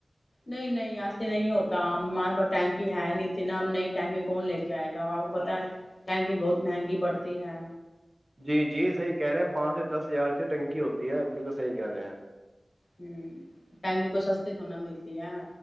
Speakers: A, on the left; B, on the right.
A: نہیں نہیں ایسے نہیں ہوتا ہمارے پا ٹینکی ہے نہیں تھی نا نئی ٹینکی کون لتے کیا آئے گا آپ کو پتا ہے کینک بہت مہنگی پڑتی ہے
B: جی جی صحیح کہہ رہے ہیں پانچ سے دس ہزار سے ٹنکی ہوتی ہے بالکل صحیح کہہ رہے ہیں
A: ہ ٹینگ کو سستتے فا ملتی تی ہے